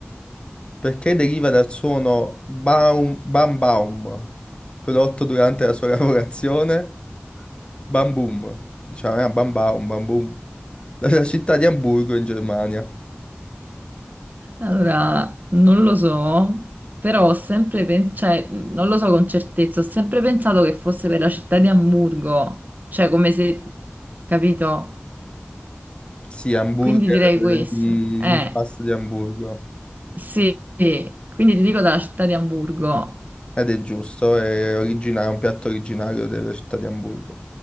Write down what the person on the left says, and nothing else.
perché deriva dal suono baum, bam baum, prodotto durante la sua <laughs> lavorazione, bam boom, diciamo, eh, bam baum, bam boom, dalla città di Amburgo in Germania.
Sì, hamburger
di
pasta di Amburgo.
Ed è giusto, è origina- è un piatto originario della città di Amburgo.